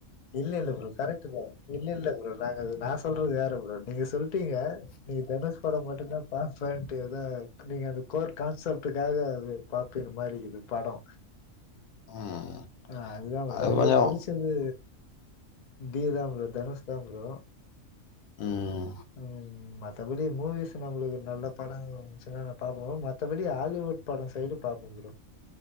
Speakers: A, on the left (about 45°); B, on the left (about 80°).
A: இல்ல- இல்ல ப்ரோ கரெக்ட் ப்ரோ இல்ல- இல்ல ப்ரோ நாங்க நான் சொல்றது வேற ப்ரோ நீங்க சொல்ட்டீங்க நீங்க தனுஷ் படம் மட்டும்தா பாப்பேனு எத நீங்க அந்த கோர் கான்செப்டுக்காக அது <unintelligible> மாரி இருக்குது படோ
B: ம்
A: ஆஹ் அதுதா ப்ரோ
B: அது
A: நம்மளுக்கு
B: கொஞ்சோ
A: புடிச்சது தீதாம் ப்ரோ தனுஷ்தா ப்ரோ
B: உம்
A: உம் மத்தபடி மூவி செரி நம்மளுக்கு ஒரு நல்ல படோ வந்துச்சுனா நா பாப்பே ப்ரோ மத்தபடி ஹாலிவுட் படோ சைடு பாப்பே ப்ரோ